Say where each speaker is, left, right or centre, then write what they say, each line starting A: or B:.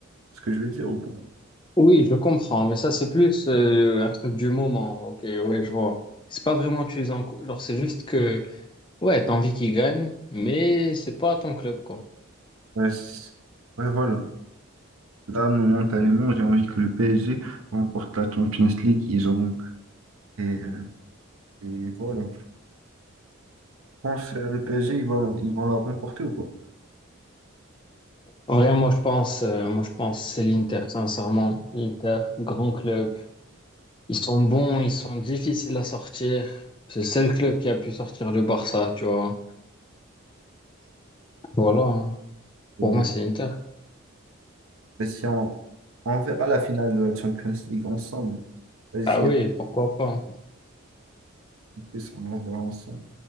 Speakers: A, on the right; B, on the left.
A: ce que je veux dire ou pas?
B: Oui, je comprends, mais ça, c'est plus euh, un truc du moment. Ok, oui, je vois. C'est pas vraiment tu les encourages, genre, c'est juste que Ouais, t'as envie qu'il gagne, mais c'est pas ton club, quoi.
A: Ouais, c'est- ouais, voilà. Là, momentanément, j'ai envie que le PSG remporte la Champions League. Ils auront. Et, euh, et voilà. Je pense que le PSG, ils vont, ils vont la remporter ou pas?
B: En vrai, moi, je pense, euh, moi, je pense, c'est l'Inter, sincèrement. L'Inter, grand club. Ils sont bons, ils sont difficiles à sortir. C'est le seul club qui a pu sortir le Barça, tu vois. Voilà, hein.
A: Ouais.
B: Pour moi, c'est l'Inter.
A: Mais si on, on verra la finale de la Champions League ensemble, vas-y,
B: Ah oui,
A: à
B: pourquoi pas. hein.
A: plus, on en verra ensemble.